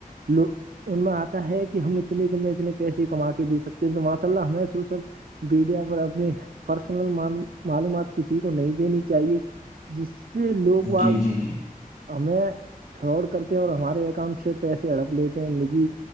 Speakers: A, on the right; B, on the left.
A: لو ان میں آتا ہے کہ ہم اتنے دن میں اتنے پیسے کما کے دے سکتے تات اللہ ہممی سو سوپ میڈیا پر اپنی پرسنلل معلومات کسی کو نہیں دینی چاہیے جس سے لوگ بج
B: جی جی جی
A: ہمیں فراڈ کرتے ہیں اور ہمارے اکاؤنٹ سے پیسے ہڑپ لیتے ہیں نجی